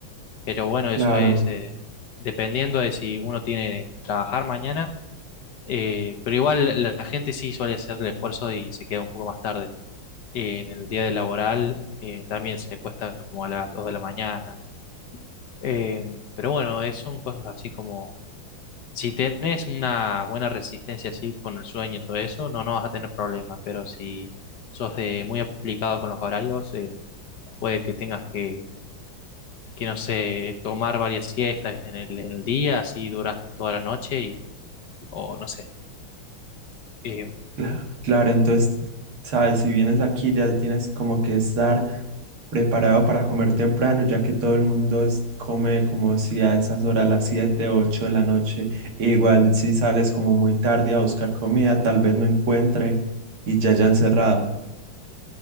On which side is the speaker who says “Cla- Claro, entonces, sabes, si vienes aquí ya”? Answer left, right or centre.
Right